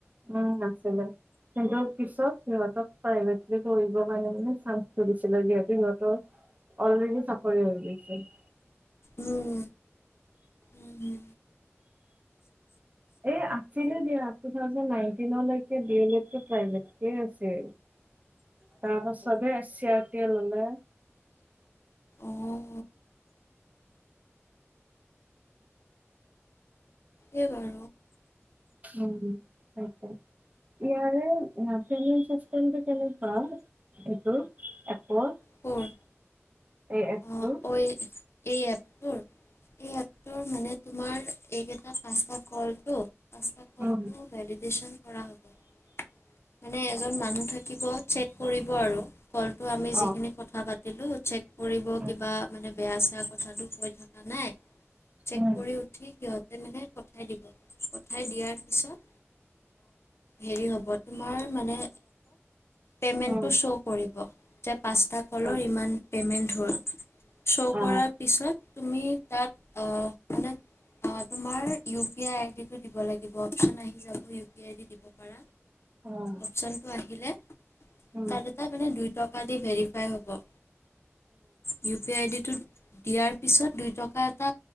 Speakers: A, on the right (about 30°); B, on the left (about 60°).
A: উম, কিন্তু পিছত সিহতক প্ৰাইভেটলি পঢ়িবৰ কাৰণে মানে চানস দিছিলে যিহেতু সহতৰ অলৰেডি চাকৰি হৈ গৈছিল।
B: উম উম
A: এই আছিলে দিয়া। টু থাউজেন্দ নাইন্টিন লৈকে ডি এড লটো প‌ৰাইভেতকে আছে। তাৰপাছতে চিয়াৰ পিয়ে ললে
B: অঁ এই বাৰু
A: উম সেটোয়ে ইয়াৰে মাছ্টৰ জন চেন <unintelligible> নেুৱ সেইটো
B: ক'ৰ
A: <unintelligible> এ
B: অঁ
A: এফচটো
B: অ এই এই এপটো? এই আপটোৰ মানে তোমাৰ এইকেইটা পাঁচটা কলটো, পাঁচ্ত কলটো
A: উম,
B: ভেলিডেশ্যন কৰা হ'ব মানে এজন মানুহ থাকিব চেক কৰিব আৰু। কলটো আমি যি
A: অ',
B: কাবডি ল চে <unintelligible> কৰিব
A: উম,
B: কিবা মানে, বেয়া চেয়া কথাটো কৈ থকা নাই, চেক
A: উম,
B: কৰি উঠি সিহঁতে মানে পঠাই দিব। পঠাই দিয়াৰ পিছত হেৰি হ'ব তোমাৰ মানে, পেমেন্টো
A: উম,
B: চ কৰিব পাঁচতা কলৰ
A: অ',
B: ইমান পে'মেণ্ট, উ ধোৱা <unintelligible> শ্ব'
A: অ',
B: কৰাৰ পিছত তুমি তাত, আ মানে তোমাৰ ইউ পি আই আইডিটো দিব লাগিব অপচন আহি যাব ইউ পি আই দিব পাৰা
A: উম,
B: অপচনটো আহিলে
A: উম,
B: তাত এটা মানে দুইটা ভেৰিফাই হ'ব ইউ পি আ আই ডি ইয়াৰ পিছত দুই টকা এটা